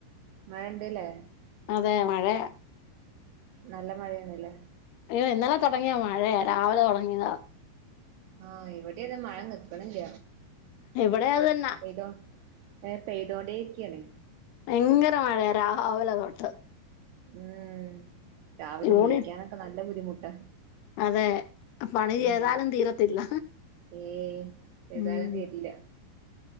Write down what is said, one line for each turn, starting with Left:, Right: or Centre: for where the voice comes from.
Right: മഴണ്ട്ല്ലേ
Left: അതെ മഴയാ
Right: നല്ല മഴയാണ്ല്ലെ
Left: അയ്യോ ഇന്നലെ തുടങ്ങിയ മഴയാ രാവിലെ തുടങ്ങിയാതാ
Right: ആഹ് ഇവടിം അതെ മഴ നിക്ക്ണില്ല
Left: എവടെ അതെന്നാ
Right: പെയ്തോ ഏ പെയ്തോണ്ടേ ഇരിക്കാണ്
Left: ഭയങ്കര മഴയ രാവിലെ തോട്ട്
Right: ഉം രാവിലെ
Left: യൂണി
Right: നീക്കാനൊക്കെ നല്ല ബുദ്ധിമുട്ടാ
Left: അതെ പണി
Right: ഉം
Left: ചെയ്താലും തീരത്തില്ല
Right: ഏയ് ഏതായാലും
Left: ഉം
Right: തീരില്ല